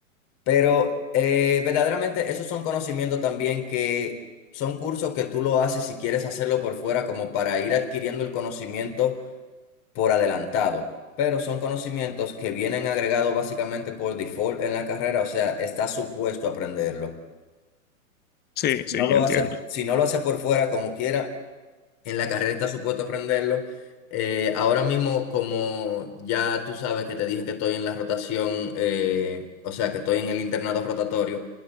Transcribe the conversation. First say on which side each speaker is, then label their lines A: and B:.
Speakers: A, on the left; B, on the left.
A: Pero eh, verdaderamente esos son conocimientos también que son cursos que tú lo haces si quieres hacerlo por fuera, como para ir adquiriendo el conocimiento por adelantado. Pero son conocimientos que vienen agregados básicamente por default en la carrera, o sea, estás supuesto a aprenderlo.
B: Sí,
A: Si
B: sí,
A: No lo
B: ya entiendo.
A: hace, si no lo hace por fuera como quiera, en la carrera estás supuesto a aprenderlo. Eh, ahora mismo, como ya tú sabes que te dije que estoy en la rotación, eh, o sea, que estoy en el internado rotatorio.